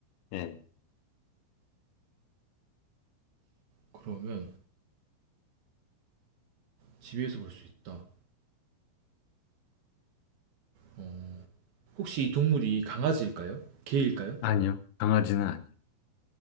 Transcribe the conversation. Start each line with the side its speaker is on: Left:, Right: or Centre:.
Left: 예.
Right: 그러면 집에서 볼 수 있다. 어, 혹시 이 동물이 강아지일까요? 개일까요?
Left: 아니요. 강아지는 아니에요.